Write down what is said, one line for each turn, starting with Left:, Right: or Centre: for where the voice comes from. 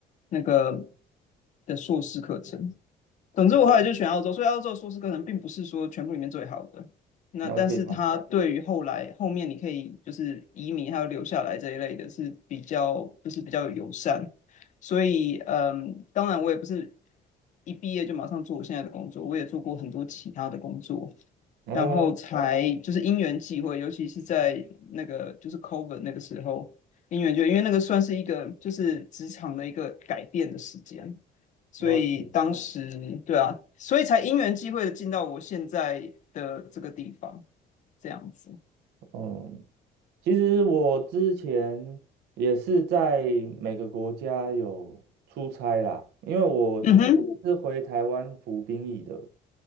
Left: 那个的硕士课程，总之我后来就选澳洲，
Right: 哦，
Left: 所以澳洲的硕士课程并不是说全部里面最好的，那但是它对于后来后面你可以就是移民还有留下来这一类的是比较就是比较友善，
Right: 了解了解，
Left: 所以嗯，当然我也不是一毕业就马上做我现在的工作，我也做过很多其他的工作，
Right: 哦，
Left: 然后才就是因缘际会，尤其是在那个就是 COVID 那个时候，因缘就因为那个算是一个就是职场的一个改变的时间，所以当时对啊，
Right: 了解，
Left: 所以才因缘际会的进到我现在的这个地方，这样子。
Right: 嗯。其实我之前也是在每个国家有出差啦，因为我
Left: 嗯哼，
Right: 是回台湾服兵役的。